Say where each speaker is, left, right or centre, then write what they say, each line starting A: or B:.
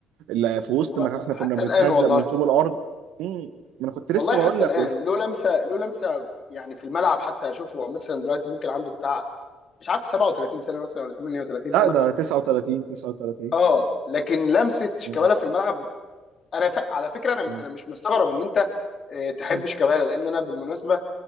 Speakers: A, on the right; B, on the left.
A: اللي في وسط
B: هو
A: ما احنا
B: حتى
A: كنا بنتهزق
B: الان والله
A: من طوب الارض مم، ما انا كنت
B: والله
A: لسه بقول
B: حتى
A: لك
B: الان له لمسه له لمسه يعني في الملعب حتى اشوفه مثلا دلوقتي ممكن عنده بتاع مش عارف 37 سنه مثلا ولا 38
A: لا
B: سنه
A: ده 39 39
B: اه لكن لمسه شيكابالا
A: مم.
B: في الملعب انا ف... على فكره انا
A: مم.
B: انا مش مستغرب ان انت آه، تحب
A: مم.
B: شيكابالا لان انا بالمناسبه